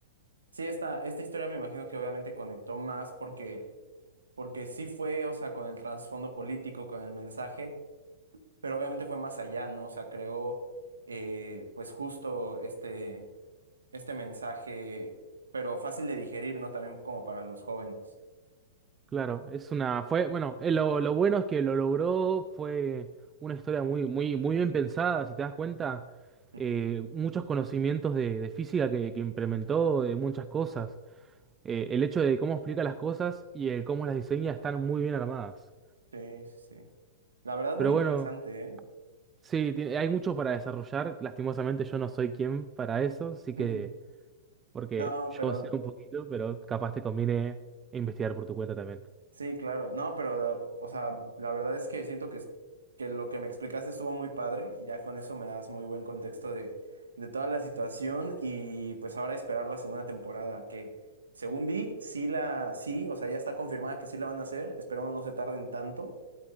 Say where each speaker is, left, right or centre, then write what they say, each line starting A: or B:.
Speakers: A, on the right (about 80°); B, on the right (about 20°).
A: Sí, esta, esta historia me imagino que obviamente conectó más porque, porque sí fue, o sea, con el trasfondo político, con el mensaje, pero obviamente fue más allá, ¿no? O sea, creó, eh, pues justo este este mensaje, pero fácil de digerir, ¿no? También como para los jóvenes.
B: Claro, es una, fue, bueno, eh, lo, lo bueno es que lo logró, fue una historia muy, muy, muy bien pensada, si te das cuenta,
A: Ujú.
B: eh, muchos conocimientos de, de física que, que implementó, de muchas cosas. Eh, el hecho de cómo explica las cosas y el cómo las diseña están muy bien armadas.
A: Sí, sí, sí. La verdad, muy
B: Pero
A: interesante,
B: bueno,
A: ¿eh?
B: sí, ti- hay mucho para desarrollar, lastimosamente yo no soy quien para eso, así
A: <laughs>
B: que, porque
A: No,
B: yo
A: pero
B: sé un poquito, pero capaz te conviene investigar por tu cuenta también.
A: sí, claro. No, pero, o sea, la verdad es que siento que, es- que lo que me explicaste estuvo muy padre. Ya con eso me das muy buen contexto de, de toda la situación y pues ahora esperar la segunda temporada, que según vi, sí la, sí, o sea, ya está confirmada que sí la van a hacer. Esperamos no se tarden tanto.